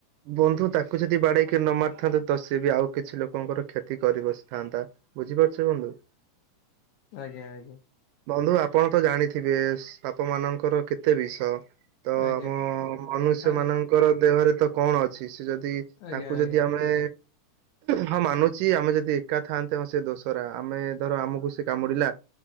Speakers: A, on the right; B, on the left.
A: ବନ୍ଧୁ ତାକୁ ଯଦି ବାଡ଼େଇ କି ନମାରି ଥାନ୍ତୁ ତ ସିଏ ବି ଆଉ କିଛି ଲୋକଙ୍କର କ୍ଷତି କରି ବସିଥାନ୍ତା। ବୁଝିପାରୁଛ ବନ୍ଧୁ?
B: ଆଜ୍ଞା ଆଜ୍ଞା।
A: ବନ୍ଧୁ ଆପଣ ତ ଜାଣିଥିବେ ସାପମାନଙ୍କର କେତେ ବିଷ। ତ
B: ଆଜ୍ଞା।
A: ଆମ ମନୁଷ୍ୟମାନ
B: କଥାରେ
A: ଙ୍କର ଦେହରେ ତ କଣ ଅଛି ସେ ଯଦି ତାଙ୍କୁ
B: ଆଜ୍ଞା ଆଜ୍ଞା
A: ଯଦି ଆମେ
B: <inaudible>
A: ହଁ ମାନୁଚି ଆମେ ଯଦି ଏକା ଥାଆନ୍ତେ ହଁ ସେ ଦୋସରା ଆମେ ଧର ଆମୁକୁ ସେ କାମୁଡ଼ିଲା